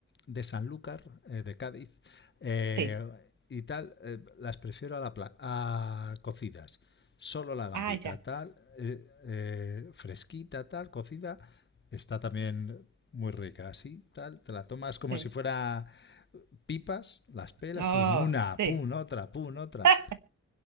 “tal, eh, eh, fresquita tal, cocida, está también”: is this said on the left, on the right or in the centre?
Left